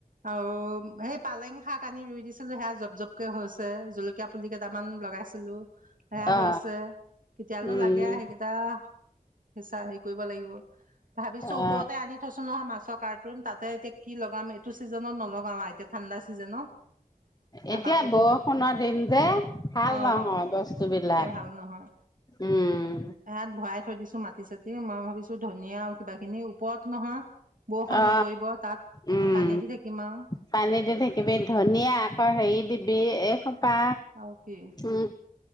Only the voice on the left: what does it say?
অ
উম
অ
এতিয়া
বৰষুণৰ দিন যে ভাল
নহয় বস্তুবিলাক
উম
অ
উম
পানী দি থাকিবি, ধনিয়া আকৌ হেৰি দিবি এইখন পা
উম